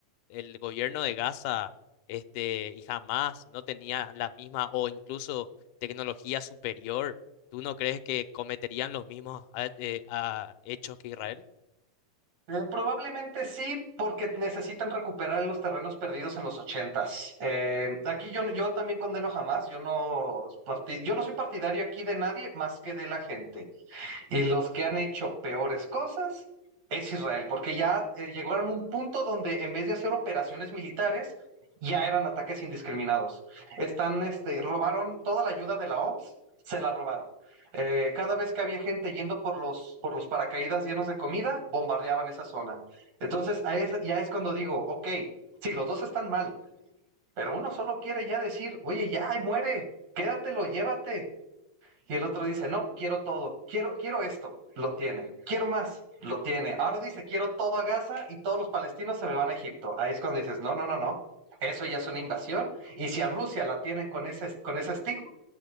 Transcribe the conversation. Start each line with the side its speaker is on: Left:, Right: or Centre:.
Left: el gobierno de Gaza este, y Hamas no tenía la misma o incluso tecnología superior, ¿tú no crees que cometerían los mismos a- eh, a- hechos que Israel?
Right: Eh, Probablemente sí, porque necesitan recuperar los terrenos perdidos en los ochentas. Eh, aquí yo, yo también condeno jamás, yo no, parti- yo no soy partidario aquí de nadie más que de la gente. Y
Left: Ujú.
Right: los que han hecho peores cosas es Israel, porque ya eh, llegaron a un punto donde en vez de hacer operaciones militares, ya eran ataques indiscriminados. Están, este, robaron toda la ayuda de la OMS, se la robaron. Eh, cada vez que había gente yendo por los, por los paracaídas llenos de comida, bombardeaban esa zona. Entonces, a es- ya es cuando digo, ok, sí, los dos están mal, pero uno solo quiere ya decir, oye, ya, ahí muere, quédatelo, llévate. Y el otro dice, no, quiero todo, quiero, quiero esto, lo tiene, quiero más, lo tiene. Ahora dice, quiero todo a Gaza y todos los palestinos se me van a Egipto. Ahí es cuando dices, no, no, no, no, eso ya es una invasión. Y si a Rusia la tienen con ese, con ese estigma,